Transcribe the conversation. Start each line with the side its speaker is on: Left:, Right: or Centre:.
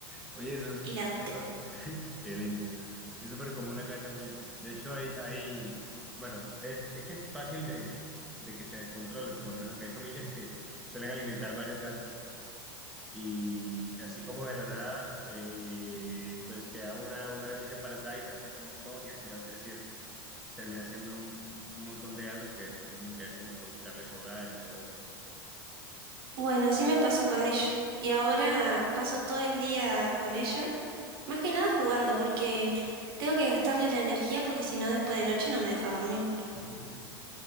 Centre: Oye, eso es
Right: y la adopté.
Centre: súper... <laughs> Qué lindo. Es súper común acá también. De hecho, hay, hay, bueno, es, es que es fácil de, de que se descontrole. Por lo menos acá hay familias que suelen alimentar varios gatos Y así como de la nada, eh, pues queda una, una gatita embarazada y nacen un montón y así van creciendo y termina siendo un, un montón de gatos que después tienen que ver como que buscarles hogar y todo eso.
Right: Bueno, así me pasó con ella. Y ahora paso todo el día con ella, más que nada jugando porque tengo que gastarle la energía porque si no después de noche no me deja dormir.
Centre: <laughs>